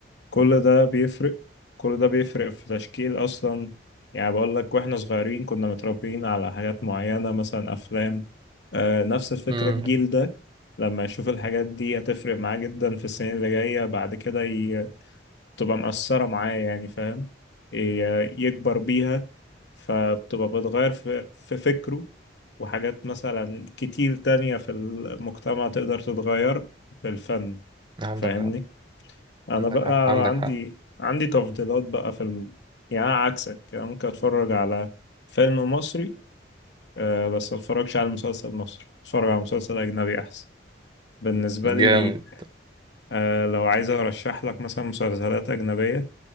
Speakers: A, on the left (about 70°); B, on the right (about 25°).
A: كل ده بيفرق كل ده بيفرق في تشكيل أصلا يعني بقول لك واحنا صغيرين كنا متربيين على حاجات معينة مثلا أفلام آه نفس الفكرة
B: امم
A: الجيل ده لما يشوف الحاجات دي هتفرق معاه جدا في السنين اللي جاية بعد كده ي... تبقى مأثرة معاه يعني فاهم ي- يكبر بيها فبتبقى بتغير في... في فكره وحاجات مثلا كتير تانية في المجتمع تقدر تتغير بالفن
B: عندك
A: فاهمني
B: حق
A: انا
B: عندك
A: بقى
B: حق عندك
A: عندي
B: حق
A: عندي تفضيلات بقى في ال... يعني أنا عكسك أنا ممكن اتفرج على فيلم مصري أه بس ما اتفرجش على مسلسل مصري اتفرج على مسلسل اجنبي احسن بالنسبه
B: جامد
A: لي أه لو عايز ارشح لك مثلا مسلسلات اجنبيه